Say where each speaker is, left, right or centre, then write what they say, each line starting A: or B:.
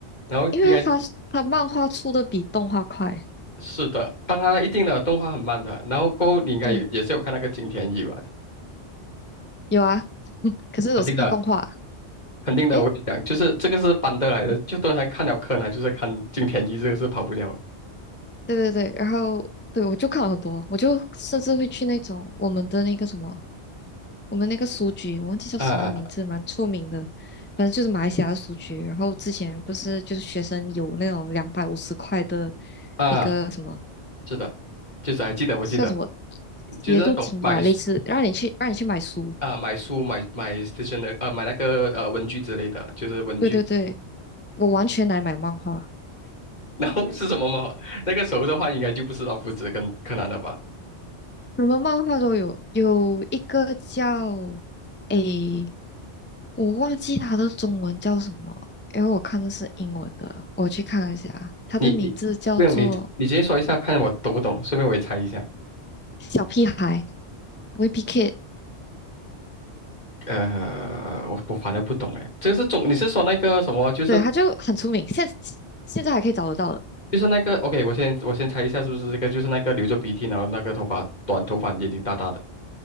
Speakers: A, on the left; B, on the left.
A: 然后应该
B: 因为他他漫画出的比动画快，
A: 是的，当然一定的动画很慢的，然后过后你应该有也是有看那个金田一吧，
B: 对，有啊，<laughs> 可是我是看动画，
A: 肯定的肯定的，
B: 诶，
A: 我跟你讲，就是这个是搬得来的，
B: 嗯，
A: 就通常看了柯南就是看金田一，这个是跑不掉的
B: 对对对，然后对我就看了很多，我就甚至会去那种我们的那个什么我们那个书局，我忘记叫什么名字，
A: 啊
B: 蛮出名的，反正就是马来西亚的书局。然后之前不是就是学生有那种两百五十块的
A: 啊，
B: 那个什么
A: 啊是的，就是还记得我记得，
B: 叫什么
A: 就是那种买书
B: 协助金吧，类似让你去让你去买书。
A: 啊买书买买 s t a t 买那个呃文具之类的，就是文具
B: 对对对，我完全来买漫画，
A: 然后是什么吗？那个时候的话，应该就不是老夫子跟柯南了吧？
B: 什么漫画都有，有一个叫诶，我忘记它的中文叫什么，因为我看的是英文的，我去看一下，它的名字叫做
A: 你你不用你你直接说一下，看我懂不懂，顺便我也猜一下。
B: 小屁孩。Wimpy Kid，
A: 呃，我我反正不懂哎，这个是中，你是说那个什么？就是
B: 对，他就很出名，现现在还可以找得到的。
A: 就是那个，OK，我先我先猜一下，是不是这个？就是那个流着鼻涕，然后那个头发短头发，眼睛大大的。